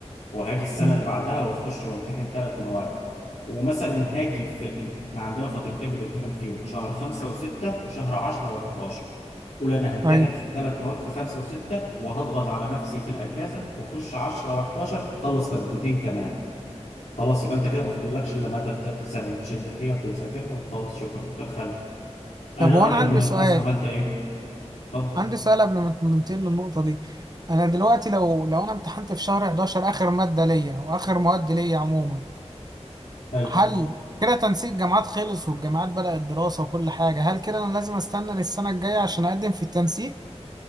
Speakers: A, on the left; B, on the right.
A: وهاجي السنه
B: مم.
A: اللي بعدها واخش وامتحن ثلاث مواد ومثلا هاجي في انت- احنا عندنا فترتين بنمتحن فيهم شهر خمسة وستة وشهر عشرة وحداشر قول انا همتحن
B: أيوة
A: في الثلاث مواد في خمسة وستة وهضغط على نفسي في الاجازه واخش عشرة وحداشر اخلص مادتين كمان خلاص يبقى انت كده ما فاضلكش الا ماده في ثالثه ثانوي تشد حيلك وتذاكرها وخلاص شكرا دخلت انا
B: طب وأنا
A: واحد
B: عندي
A: من
B: سؤال
A: الناس عملت ايه اتفضل
B: عندي سؤال قبل ما ننتقل للنقطة دي أنا دلوقتي لو لو أنا امتحنت في شهر 11 آخر مادة ليا وآخر مواد ليا عموما
A: حلو
B: هل كده تنسيق جامعات خلص والجامعات بدأت دراسة وكل حاجة هل كده أنا لازم أستنى للسنة الجاية عشان أقدم في التنسيق؟